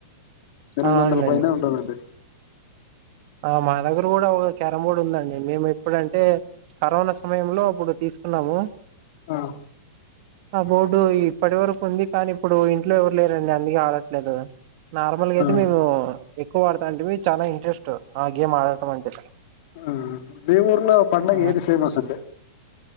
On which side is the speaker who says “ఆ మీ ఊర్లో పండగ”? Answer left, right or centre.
Left